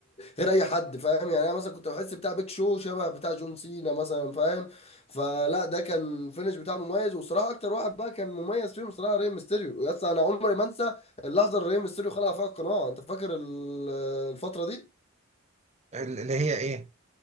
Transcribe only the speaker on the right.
اللي هي ايه